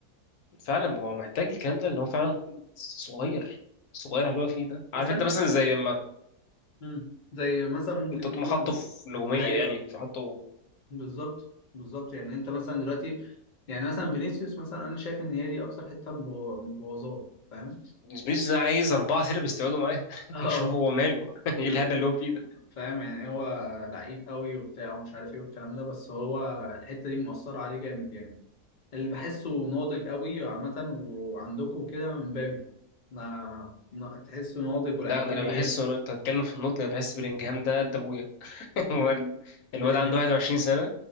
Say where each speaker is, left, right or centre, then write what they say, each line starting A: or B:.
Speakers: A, on the left; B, on the left.
A: فعلا ما هو محتاج الكلام ده لان هو فعلا صغير صغير على اللي هو فيه ده عارف
B: بس انا
A: انت مثلا زي ما
B: مم. زي مثلا ممكن
A: انت تقوم
B: نقول
A: حاطه في نجوميه
B: ايوه
A: يعني في حاطه
B: بالظبط بالظبط يعني انت مثلا دلوقتي يعني مثلا فينيسيوس مثلا انا شايف ان هي دي اكتر حته مبو- مبوظاه فاهم
A: بنيز عايز اربعه سيرفس يقعدوا معاه <laughs>
B: <laughs> اه
A: يشوفوا هو ماله <laughs> ايه
B: يقول
A: الهبل اللي هو فيه ده
B: فاهم يعني هو لعيب قوي وبتاع ومش عارف ايه والكلام ده بس هو الحته دي مأثره عليه جامد يعني اللي بحسه ناضج قوي عامه وعندكم كده من بابي ما نا- تحسه ناضج ولعيب
A: ده انا
B: كبير
A: لا بحسه انت تتكلم في النضج انا بحس بلينجهام ده قد ابويا <laughs> هو
B: ل-
A: ال-
B: بلينج
A: الواد عنده 21 سنه